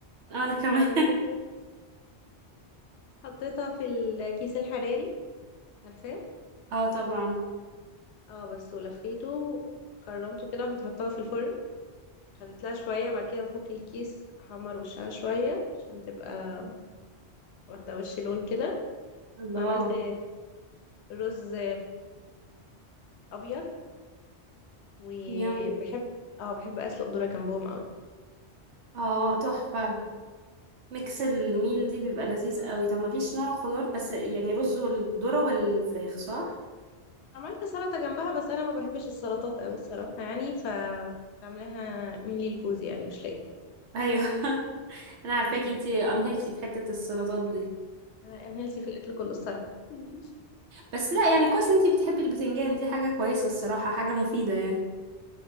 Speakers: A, on the right; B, on the left.
A: آه، انا كمان
B: بعد كده حطيتها في الكيس الحراري عارفاه
A: <laughs> اه طبعا
B: اه بس ولفيته خرمته كده وقمت حطاها في الفرن خدت لها شويه بعد كده بفك الكيس احمر وشها شويه عشان تبقى واخدة وش لون كده
A: الله
B: وعملت رز أبيض وبحب
A: يامي
B: اه بحب أسلق ذرة جنبهم أوي
A: اه تحفة ميكس الميل دي بيبقى لذيذ قوي طب ما فيش نوع خضار بس يعني رز والذرة والفراخ صح
B: عملت سلطة جنبها بس أنا ما بحبش السلطات أوي الصراحة يعني ف بعملها مني لجوزي يعني مش ليا
A: ايوه <laughs> انا عارفاكي انتي انهيلتي في حتة السلطات دي
B: أنا أنا هيلثي في الأكل كله الصراحة <laughs>
A: بس لا يعني كويس ان انتي بتحبي البتنجان دي حاجة كويسة الصراحة حاجة مفيدة يعني